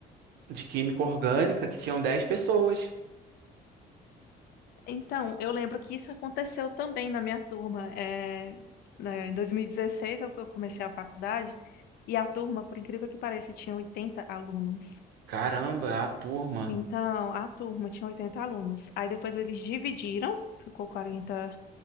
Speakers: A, on the right (about 75°); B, on the left (about 65°).
A: de química orgânica que tinham 10 pessoas.
B: Então, eu lembro que isso aconteceu também na minha turma. É, né, em 2016 é o que eu comecei a faculdade, e a turma, por incrível que pareça, tinha 80 alunos.
A: Caramba, a turma.
B: Então, a turma tinha 80 alunos. Aí depois eles dividiram, ficou 40